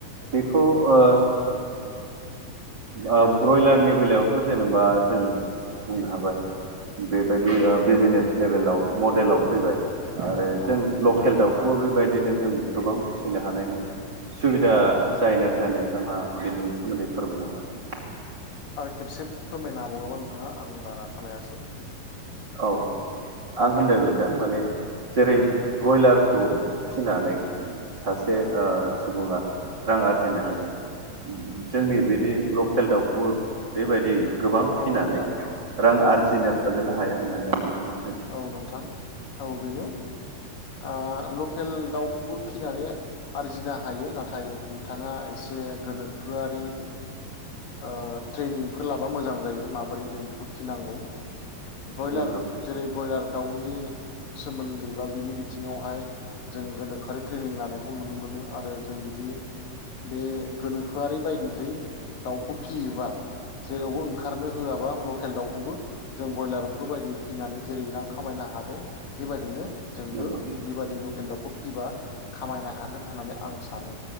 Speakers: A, on the right (about 30°); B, on the left (about 70°).
A: बेखौ ओ ओ ब्रयलारनि बेलायावथ' जेनेबा जों बुंनो हाबाय बेबायदि
B: नंगौ
A: बिजनेस लेभेलाव मडेलाव फैबाय आरो जों लकेल
B: औ
A: दाउखौबो बेबायदिनो जों गोबां फिसिनो हानायनि सुबिदा
B: औ
A: जायोना जानाय बिथाङा बेनि सोमोन्दै फोरमायनो होन
B: आर खेबसे फोरमायनो हाबावगौमोन नोंथाङा आं बारा खोनायासै
A: औ आं होनदों नोंथां माने जेरै ब्रयलारखौ फिनानै सासे
B: नंगौ
A: ओ सुबुङा रां आरजिनो हादों जोंनि बिदि लकेल दाउखौबो बेबायदि गोबां
B: औ
A: फिनानै
B: नोंथां औ
A: रां आरजिनो
B: औ
A: हागोन ना हाया होननानै आ'
B: औ नोंथां औ बेनो ओ लकेल दाउखौबो फिनानै आरजिनो हायो नाथाय बिथाङा एसे गोनोखोआरि ओ ट्रेनिंफोर लाबा मोजां जायो माबोरै जों बेखौ फिनांगौ ब्रयलार
A: नंगौ
B: जेरै ब्रयलार दाउनि सोमोन्दै बा बिनि बिथिङावहाय जों गोनोखोआरि ट्रेनिं लानायखौ नुनो मोनो आरो जों बिदि बे गोनोखोआरि बायदिहै दाउखौ फियोबा जेरावबो ओंखारनो होआबा लकेल दाउखौबो जों बयलारफोरबायदि फिनानै जेरै रां खामायनो हादों बेबायदिनो जोंबो
A: नंगौ
B: बेबायदि लकेल दाउखौ फिबा खामायनो हागोन होननानै आं सानो सानो